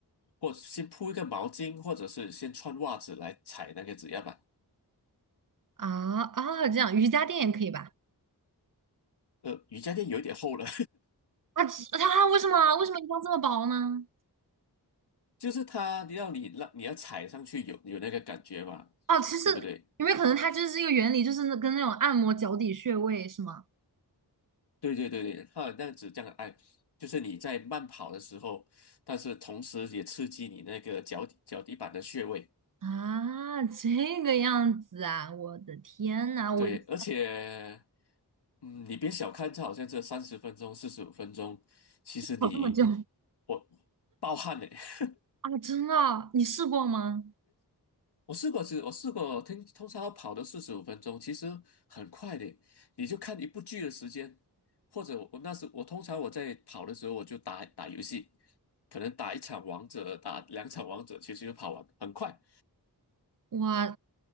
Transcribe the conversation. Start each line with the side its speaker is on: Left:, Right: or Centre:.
Left: 或先铺一个毛巾，或者是先穿袜子来踩那个指压板。
Right: 啊啊！这样瑜伽垫也可以吧？
Left: 呃，瑜伽垫有一点厚了，
Right: 啊，其它为什么为什么一定要这么薄呢？
Left: <laughs> 就是它让你让你要踩上去有有那个感觉嘛，
Right: 哦，其实有没有可能它就是这个原理，
Left: 对不对？
Right: 就是那跟那种按摩脚底穴位是吗？
Left: 对对对对，它那样子这样哎，就是你在慢跑的时候，但是同时也刺激你那个脚底脚底板的穴位。
Right: 啊，这个样子啊，我的天呐，我
Left: 对，
Right: <laughs>
Left: 而且，嗯，你别小看这好像这三十分钟、四十五分钟，其实你
Right: 跑这么久
Left: 我暴汗的。<laughs>
Right: 啊，真的，你试过吗？
Left: 我试过，其实我试过，通通常要跑到四十五分钟，其实很快的。你就看一部剧的时间，或者我那时我通常我在跑的时候，我就打打游戏，可能打一场王者，打两场王者，其实就跑完，很快。
Right: 哇，